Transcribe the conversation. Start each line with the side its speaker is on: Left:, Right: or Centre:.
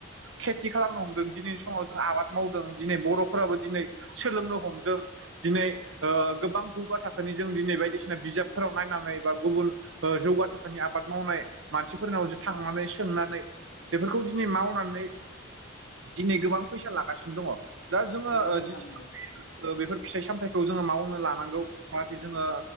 Right: खेथि खालामनो हमदों दिनैनि समाव जों आबाद मावदों। दिनै बर'फोराबो दिनै सोलोंनो हमदों। दिनै गोबां जौगा थाखोनि जों दिनै बायदिसिना बिजाबफोराव नायनानै बा गुबुन जौगा थाखोनि आबाद मावनाय मानसिफोरनाव थांनानै सोंनानै बेफोरखौ दिनै मावनानै दिनै गोबां फैसा लागासिनो दङ दा जोङो
Left: नंगौ नोंथां
Right: जि
Left: नंगौ
Right: बेफोर फिथाइ सामथायाइखौ जोङो मावनो लानांगौ जाहाथे जोङो